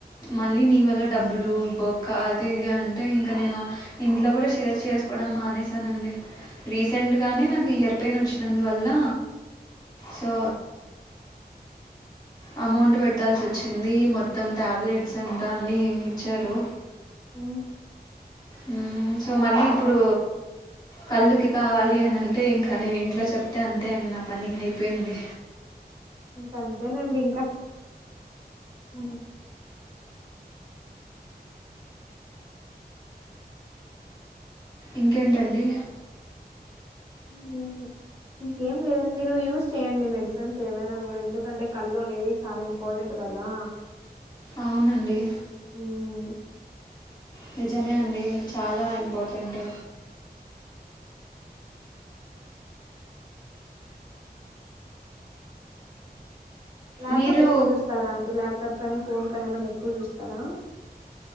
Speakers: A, on the left (about 25°); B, on the right (about 35°).
A: మళ్ళీ నీ వల్ల డబ్బులు బొక్క అది ఇది అంటే ఇంకా నేను ఇంట్లో కూడా షేర్ చేసుకోవడం మానేసానండి రీసెంట్ గానే నాకు ఇయర్పైయిన్ వచ్చి అందువల్ల సో అమౌంట్ పెట్టాల్సి వచ్చింది మొత్తం టాబ్లెట్స్ అంటా అన్ని ఇచ్చారు
B: ఉమ్
A: ఉమ్ సో మళ్ళీ ఇప్పుడు కళ్ళుకి కావాలి అని అంటే ఇంకా నేను ఇంట్లో చెప్తే అంతే అని నా పని అయిపోయింది
B: ఇంక అంతేనండి ఇంకా ఉమ్
A: ఇకేంటండి
B: మ్ ఇంకేం లేదండి మీరు యూజ్ చేయండి మెడిసిన్స్ ఏవైనా కూడా ఎందుకంటే కళ్ళు అనేది చాలా ఇంపార్టెంట్ కదా
A: అవునండి
B: ఓ ఉమ్
A: నిజమే అండి చాలా ఇంపార్టెంట్
B: ల్యాప్టాప్క్కువ
A: మీరు
B: చూస్తా అండి ల్యాప్టాప్ కానీ ఫోన్ కని ఏమన్నా ఎక్కువ చూస్ తారా